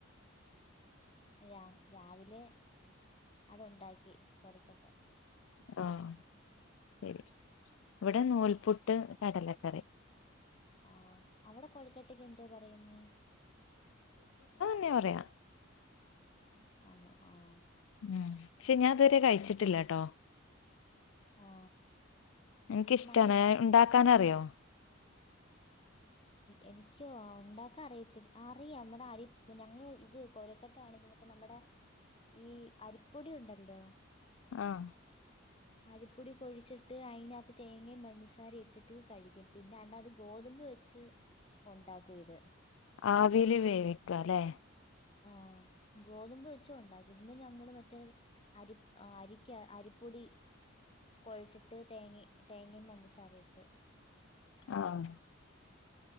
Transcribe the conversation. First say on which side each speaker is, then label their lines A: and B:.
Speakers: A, on the left (about 25°); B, on the left (about 70°).
A: രാ രാവിലെ അത്ഇണ്ടാക്കി കൊ രുക്കട്ട
B: ആ അ ശരി ഇവിടെ നൂൽപുട്ട് കടലക്കറി
A: ആ അവിടെ കൊഴക്കട്ടേക്ക് എന്തോ പറയ്ന്നേ
B: തന്നെപറയാ
A: ആണോ ആഹ്
B: ഉം പക്ഷെ ഞാൻ അതുവരെ കഴിച്ചിട്ടില്ലട്ടോ-
A: ആ
B: എനിക്കിഷ്ടാണ്
A: പക്ഷെ നല്ല
B: ഉണ്ടാക്ക ക്കാനറിയോ
A: എനിക്കോ ഉണ്ടാക്കൻ അറിയത്തില്ല അറിയാം നമ്മടെ അരി ഞങ്ങൾ ഇത് കോരക്കട്ട ആണെങ്കിൽ മറ്റ- നമ്മടെ ഈ അരിപ്പൊടി ഉണ്ടല്ലോ
B: ആഹ്
A: അരിപ്പൊടി കൊഴച്ചിട്ട് അതിനകത്ത് തേങ്ങയും പഞ്ചസാരേം ഇട്ടിട്ട് കഴിക്കും പിന്നെ അമ്മ അത് ഗോതമ്പ് വെച്ചി ട്ട് ഒണ്ടാക്കും ഇത്
B: ആവീല് വേവിക്കും അല്ലെ
A: ആഹ് ഗോതമ്പ് വെച്ചും ഒണ്ടാക്കി ഇന്ന് ഞങ്ങള് മറ്റേ അരിപ് അരിക്ക് അരി പ്പൊടി കൊഴച്ചിട്ട് തേങ്ങേ തേങ്ങയും പഞ്ചസാരയിട്ട്
B: ആഹ്